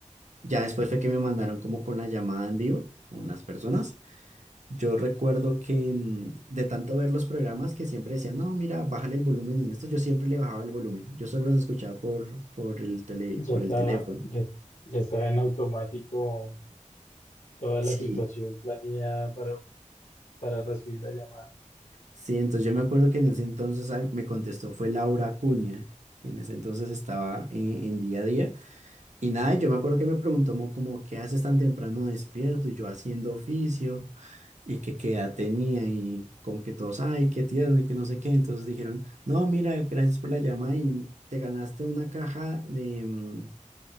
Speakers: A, on the right; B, on the left.
A: Ya después fue que me mandaron como con la llamada en vivo, con las personas. Yo recuerdo que mm, de tanto ver los programas que siempre decían, no, mira, bájale el volumen en esto, yo siempre le bajaba el volumen. Yo solo los escuchaba por, por el tele,
B: Ya
A: por
B: está,
A: el teléfono.
B: ya, ya está en automático toda
A: Sí,
B: la situación planeada para, para recibir la llamada.
A: Sí, entonces yo me acuerdo que en ese entonces ah, me contestó fue Laura Acuña, que en ese entonces estaba eh, en día a día. Y nada, yo me acuerdo que me preguntó mo- como, ¿qué haces tan temprano despierto? Y yo haciendo oficio y que qué edad tenía y como que todos, ay, qué tierno y que no sé qué. Entonces dijeron, no, mira, gracias por la llamada y te ganaste una caja de, mm,